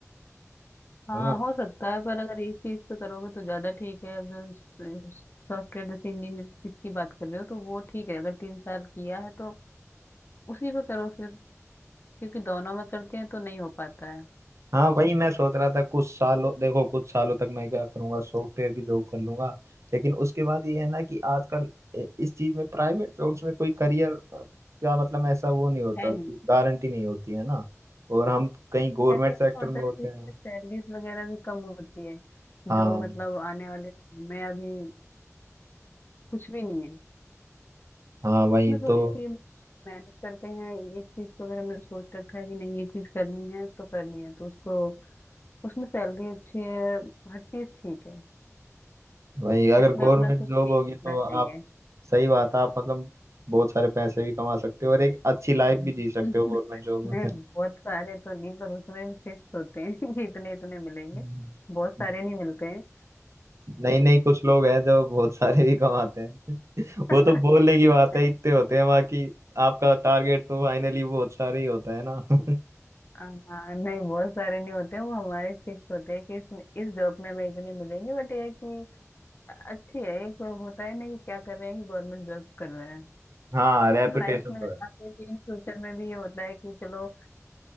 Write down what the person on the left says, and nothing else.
हाँ
हो सकता है पर अगर एक चीज पे करोगे तो ज्यादा ठीक है अब जो सॉफ्टवेयर जैसे इंजीनियर किसकी बात कर रहे हो तो वो ठीक है अगर तीन साल किया है तो उसी पे करो फिर क्योंकि दोनों में करते हैं तो नहीं हो पाता है
है नहीं
चलिए अच्छा
होता
है तो इसमें
सैलरीज वगैरह भी कम होती है
जो मतलब आने वाले टाइम में अभी कुछ भी नहीं है
उसमें थोड़ी
सी मतलब मेहनत करते हैं एक चीज को अगर हमने सोच रखा है कि नहीं ये चीज करनी है तो करनी है तो उसको उसमें सैलरी अच्छी है हर चीज ठीक है
इसमें
अपना कुछ
एम
होना
चाहिए
हम्म।
<laughs>
नहीं बहुत सारे तो नहीं पर उसमें भी फिक्स होते हैं <laughs> कि इतने इतने मिलेंगे
बहुत सारे नहीं मिलते हैं
<laughs>
नहीं,
हाँ नहीं बहुत सारे नहीं होते हैं वो हमारे फिक्स होते हैं कि इस इस जॉब में हमें इतने मिलेंगे बट ये है कि अच्छी है एक वो होता है ना कि क्या कर रहे हैं कि गवर्नमेंट जॉब कर रहे हैं
वो
फिर लाइफ में
आगे भी इन फ्यूचर में भी ये होता है कि चलो